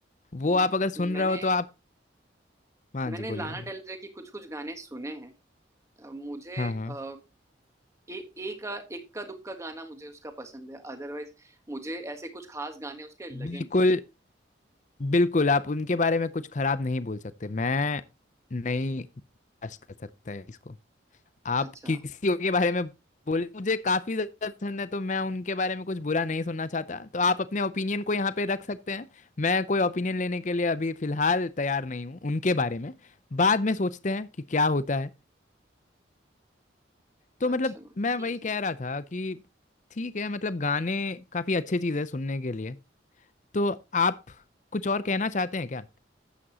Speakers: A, on the left; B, on the right.
A: वो
B: म-
A: आप अगर
B: मैंने
A: सुन रहे हो तो आप हाँ
B: मैंने
A: जी बोलिए
B: लाना
A: बोलिए
B: डेल रे की कुछ कुछ गाने सुने हैं अ, मुझे
A: हाँ
B: अ,
A: हाँ
B: ए, एक इक्का दुक्का गाना मुझे उसका पसंद है अदरवाइज मुझे ऐसे कुछ खास गाने उसके लगे
A: बिल्कुल
B: नहीं
A: बिल्कुल आप उनके बारे में कुछ खराब नहीं बोल सकते मैं नहीं बर्दाश्त कर सकता है इसको आप
B: अच्छा
A: किसी के बारे में बोले मुझे काफी ज्यादा पसंद है तो मैं उनके बारे में कुछ बुरा नहीं सुनना चाहता तो आप अपने ओपिनियन को यहाँ पे रख सकते हैं मैं कोई ओपिनियन लेने के लिए अभी फिलहाल तैयार नहीं हूँ उनके बारे में बाद में सोचते हैं कि क्या होता है तो
B: अच्छा
A: मतलब मैं
B: ठीक
A: वही कह
B: है
A: रहा था कि ठीक है मतलब गाने काफी अच्छी चीज है सुनने के लिए तो आप कुछ और कहना चाहते हैं क्या